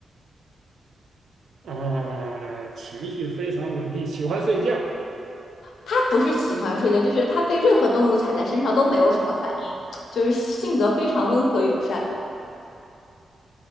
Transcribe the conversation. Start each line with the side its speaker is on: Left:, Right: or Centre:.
Right: 啊、情绪非常稳定，喜欢睡觉。
Left: 它不是喜欢睡觉，就是它被任何动物踩在身上都没有什么反应，就是性格非常温和友善。